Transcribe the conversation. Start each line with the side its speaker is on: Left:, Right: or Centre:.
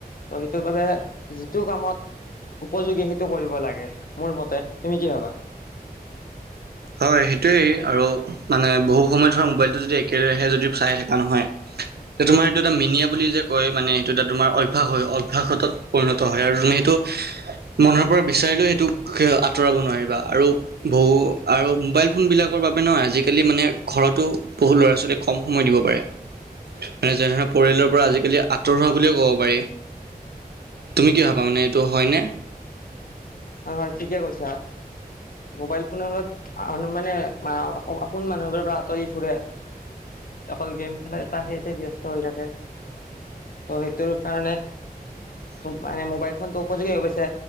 Left: ত' সেইটো বাবে যিটো কামত। উপযোগী সেইটো কৰিব লাগে মোৰ মতে তুমি কি ভাবা।
Right: হয় সেইটোৱেই আৰু মানে বহু সময় ধৰা মোবাইলটো যদি একেৰাহে যদি চাই থকা নহয়।
Left: <inaudible>
Right: তোমাৰ সেইটো এটা মিনিয়া বুলি যে কয় মানে সেইটো এটা তোমাৰ অভ্যাস হয় অভ্যাসত পৰিণত হয় আৰু তুমি সেইটো।
Left: <inaudible>
Right: মনৰ পৰা বিচাৰিলেও সেইটোক আঁতৰাব নোৱাৰিবা আৰু বহু। আৰু মোবাইল ফোনবিলাকৰ বাবে নহয় আজিকালি মানে ঘৰতো বহু ল'ৰা ছোৱালীয়েক কম সময় দিব পাৰে। মানে যেনে ধৰণৰ পৰিয়ালৰ পৰা আজিকালি আঁতৰ হোৱা বুলিয়ও ক'ব পাৰি। তুমি কি ভাবা মানে এইটো হয়নে?
Left: হয়, হয়, ঠিকে কৈছা মোবাইল ফোনৰ ফলত মানুহৰ মানে কোন মানুহবোৰৰ পৰা আঁতৰি ফুৰে, অকল গেম খেলা ত সেইতে ব্যস্ত হৈ থাকে। ত' সেইটো কাৰণে মানে মোবাইল ফোনটো উপযোগী হৈ গৈছে